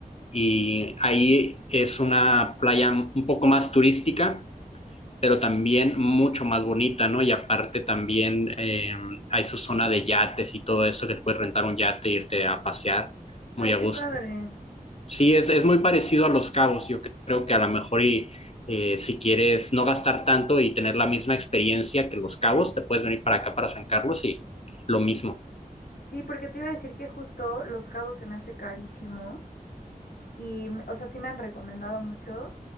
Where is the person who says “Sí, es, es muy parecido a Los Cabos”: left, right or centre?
Left